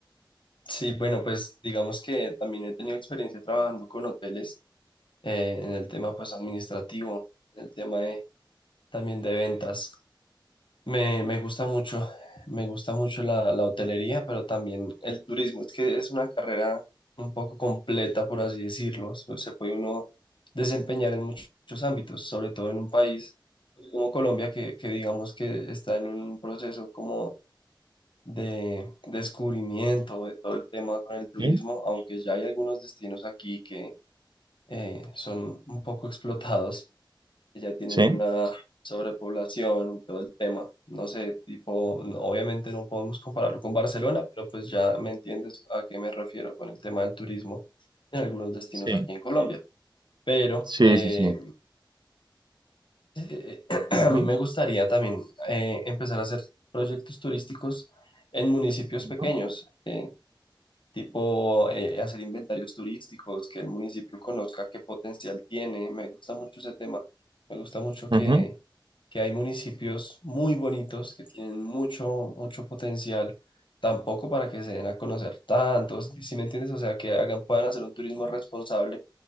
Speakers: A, on the left; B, on the right.
A: Sí, bueno, pues digamos que también he tenido experiencia trabajando con hoteles eh, en el tema pues administrativo, en el tema de, también de ventas. Me, me gusta mucho, me gusta mucho la, la hotelería, pero también el turismo. Es que es una carrera un poco completa, por así decirlo. Se se puede uno desempeñar en muchos, muchos ámbitos, sobre todo en un país pues, como Colombia, que, que digamos que está en un proceso como de descubrimiento de todo el tema con el turismo,
B: ¿Sí?
A: aunque ya hay algunos destinos aquí que eh, son un poco explotados que ya tienen
B: ¿Sí?
A: una sobrepoblación y todo el tema. No sé, tipo, no- obviamente no podemos compararlo con Barcelona, pero pues ya me entiendes a qué me refiero con el tema del turismo en algunos destinos
B: Sí.
A: aquí en Colombia. Pero
B: Sí,
A: eh,
B: sí, sí.
A: eh, <clears throat>
B: Ujú,
A: a mí me gustaría también eh, empezar a hacer proyectos turísticos en municipios
B: ujú,
A: pequeños. Eh, tipo eh, hacer inventarios turísticos, que el municipio conozca qué potencial tiene. Me gusta mucho ese tema. Me gusta mucho que,
B: Ujú,
A: que hay municipios muy bonitos que tienen mucho, mucho potencial, tampoco para que se den a conocer tantos, si me entiendes? O sea, que hagan, puedan hacer un turismo responsable,